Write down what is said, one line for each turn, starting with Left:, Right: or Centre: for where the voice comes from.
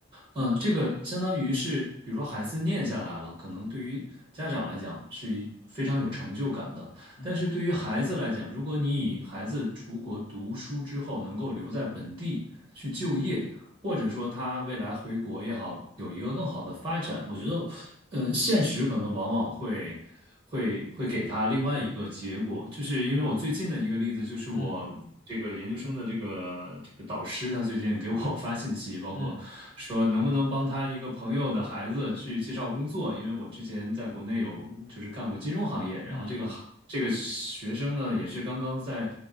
Right: 嗯，呃这个相当于是，比如说孩子念下来了，可能对于家长来讲是一非常有成就感的。
Left: 嗯
Right: 但是对于孩子来讲，如果你以孩子出国读书之后能够留在本地去就业，或者说他未来回国也好，有一个更好的发展。我觉得，嗯，现实可能往往会会会给他另外一个结果，就是因为我最近的一个例子，就是我这个研究生的这个这个导师，
Left: 嗯
Right: 他最近给我 <laughs> 发信息，包括说能不能帮他一个朋友的孩子去介绍工作，
Left: 嗯
Right: 因为我之前在国内有就是干过金融行业，
Left: 嗯嗯嗯
Right: 然后这个这个学生呢也是刚刚在。